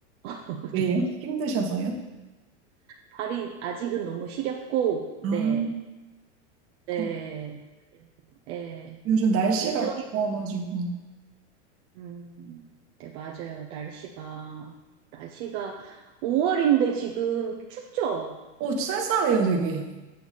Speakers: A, on the right; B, on the right.
A: <laughs>
B: 왜요?
A: 네.
B: <laughs> 힘드셔서요?
A: 발이 아직은 너무 시렵고 네.
B: 아,
A: 네.
B: 그렇
A: 예,
B: 요즘 날씨가
A: 예전에,
B: 좋아가지고
A: 음, 네, 맞아요. 날씨가, 날씨가 5월인데 지금 춥죠?
B: 어, 쌀쌀해요, 되게.